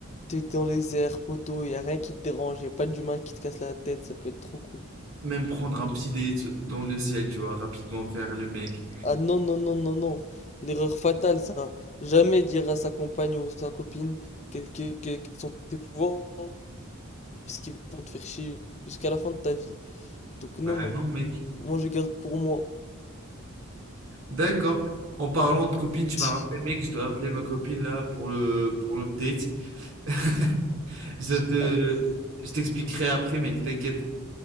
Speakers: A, on the left; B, on the right.
A: t'es dans les airs, poteau, y a rien qui te dérange, y a pas d'humain qui te casse la tête, ça peut être trop cool.
B: Même prendre un petit date dans le ciel, tu vois, rapidement faire le mec.
A: Ah non, non, non, non, non, l'erreur fatale ça. Jamais dire à sa compagne ou sa copine que- que- que- quels sont tes pouvoirs, parce qu'ils vont te faire chier jusqu'à la fin de ta vie. Donc non,
B: Bah
A: non.
B: non, mec.
A: Moi, je garde pour moi.
B: D'accord. En parlant de copine, tu
A: <laughs>
B: m'as rappelé, mec, je dois appeler ma copine là pour le, pour notre date. <laughs> Je te,
A: Allez,
B: je t'expliquerai après, mec, t'inquiète.